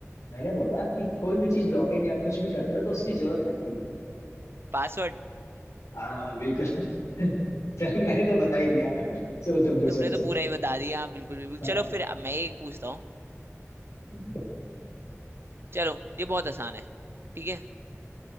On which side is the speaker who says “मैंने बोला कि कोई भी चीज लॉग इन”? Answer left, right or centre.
Left